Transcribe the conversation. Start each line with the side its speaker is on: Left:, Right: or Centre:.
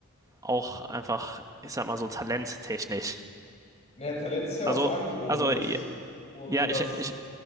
Right: Auch einfach, ich sag mal so talenttechnisch.
Left: Naja, Talent ist ja
Right: Also,
Left: was Angeborenes
Right: also, ja,
Left: und
Right: ja,
Left: das,
Right: ich, ich,